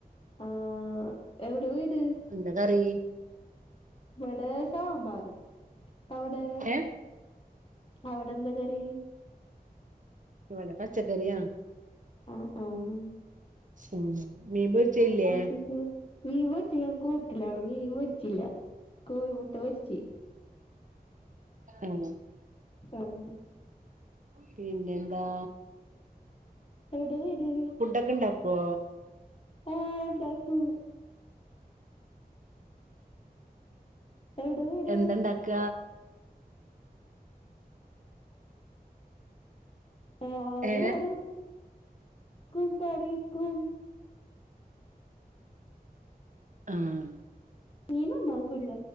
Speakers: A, on the left; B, on the right.
A: ആഹ് എവിടെ വീട്
B: എന്താ കറി?
A: ഇവിടെ സാമ്പാറ് അവിടെ
B: ഏഹ്
A: അവിടെ എന്താ കറി?
B: ഇവിടെ പച്ചക്കറിയാ.
A: ആഹ് ആഹ്
B: ഉം മീൻ പൊരിച്ചത് ഇല്ലേ?
A: പിന്നെന്താ മീൻ പൊരിച്ചാ ഞാൻ കൂട്ടിലാടോ മീൻ പൊരിച്ചില്ല കോഴിമുട്ട പൊരിച്ച്.
B: ഉം
A: ആഹ്
B: പിന്നെ എന്താ?
A: എവിടെയാ വീട്?
B: ഫുഡ് ഒക്കെ ഉണ്ടാക്കുവോ?
A: ഓ ഉണ്ടാക്കും. എവിടെ വീട്
B: എന്തണ്ടാക്ക
A: ആന്റൊര്
B: ഏ
A: കും തളീക്കും
B: ആഹ്
A: മീൻ നന്നാക്കൂല്ല